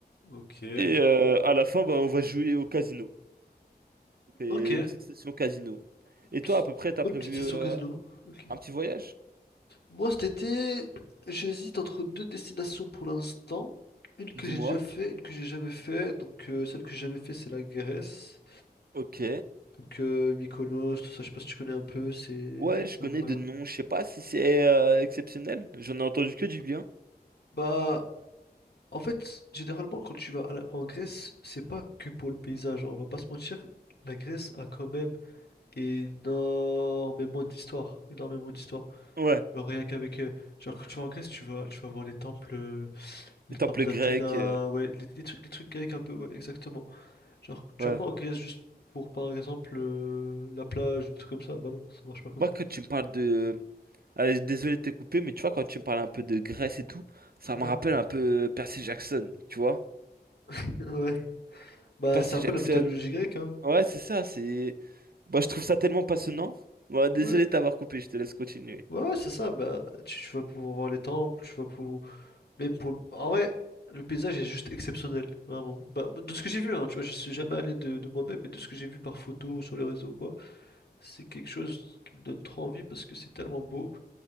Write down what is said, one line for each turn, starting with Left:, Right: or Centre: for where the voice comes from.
Left: Ok.
Right: Et euh, à la fin, bah, on va jouer au casino. On fait
Left: Ok.
Right: une petite session casino. Et
Left: Petite-
Right: toi, à peu près, t'as
Left: Bonne
Right: prévu
Left: petite session
Right: euh,
Left: casino. Ok.
Right: un petit voyage?
Left: Moi, cet été, j'hésite entre deux destinations pour l'instant. Une que
Right: Dis-moi.
Left: j'ai déjà fait, une que j'ai jamais fait. Donc, euh, celle que j'ai jamais fait, c'est la Grèce.
Right: Ok.
Left: Donc, euh, Mykonos, tout ça, je sais pas si tu connais un peu, c'est
Right: Ouais,
Left: c'est
Right: je connais
Left: incroyable.
Right: de nom, je sais pas si c'est euh, exceptionnel. J'en ai entendu que du bien.
Left: Bah, en fait, généralement, quand tu vas à la- en Grèce, c'est pas que pour le paysage, hein, on va pas se mentir. La Grèce a quand même énormément d'histoires, énormément d'histoires.
Right: Ouais,
Left: Genre rien qu'avec, euh, genre quand tu vas en Grèce, tu vas, tu vas voir les temples, euh, les
Right: les temples
Left: temples d'Athéna,
Right: grecs, euh,
Left: ouais, les, les trucs, les trucs grecs un peu, ouais, exactement. Genre tu
Right: ouais.
Left: vas pas en Grèce juste pour par exemple euh, la plage ou des trucs comme ça, bah non, ça marche pas comme
Right: Moi,
Left: ça.
Right: quand tu me parles de... Allez, désolé de te couper, mais tu vois, quand tu me parles un peu de Grèce et tout, ça me
Left: Ouais,
Right: rappelle un peu Percy Jackson, tu vois?
Left: <laughs> ouais. Bah
Right: Percy
Left: c'est un peu
Right: Jackson,
Left: la mythologie grecque, hein.
Right: ouais, c'est ça, c'est... Moi, je trouve ça tellement passionnant. Ouais, désolé
Left: Ouais,
Right: de t'avoir coupé, je te laisse continuer.
Left: ouais, c'est ça. Bah tu, tu vas pouvoir voir les temples, tu vas pouvoir Même pour... En vrai, le paysage est juste exceptionnel, vraiment. Bah, de ce que j'ai vu, hein, tu vois, je suis jamais allé de, de moi-même, mais de ce que j'ai vu par photo, sur les réseaux ou quoi, c'est quelque chose qui me donne trop envie parce que c'est tellement beau.